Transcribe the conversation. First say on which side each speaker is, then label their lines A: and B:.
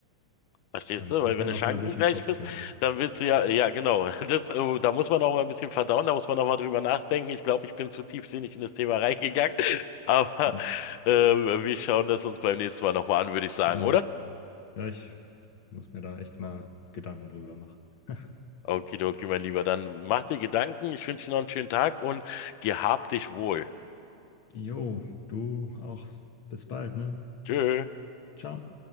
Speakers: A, on the left (about 80°); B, on the left (about 55°).
A: Verstehst
B: er muss
A: du? Weil
B: ich
A: wenn
B: mir
A: du
B: nochmal
A: chancengleich
B: durch den Kopf
A: bist,
B: gehen. so.
A: dann willst du ja,
B: Das,
A: ja genau, <laughs> das, äh, da muss man auch mal ein bisschen verdauen, da muss man auch mal drüber nachdenken. Ich glaube, ich bin zu tiefsinnig in das Thema reingegangen, <laughs> aber
B: ja,
A: äh, wir schauen das uns beim nächsten Mal nochmal an, würde ich sagen,
B: genau.
A: oder?
B: Ja, ich muss mir da echt mal Gedanken drüber machen. <laughs>
A: Okidoki, mein Lieber, dann mach dir Gedanken, ich wünsche dir noch einen schönen Tag und gehab dich wohl.
B: Jo, du auch. Bis bald, ne?
A: Tschö.
B: Ciao.